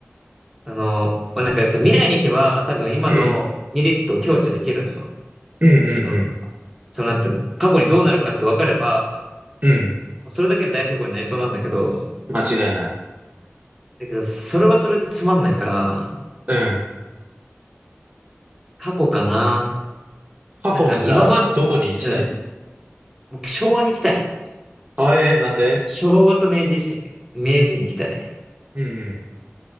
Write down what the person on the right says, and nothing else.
うん。うんうんう
ん。うん。
間違いない。
うん。
過去のじゃあ、
どこに行きたい
あ、えー、なんで
うん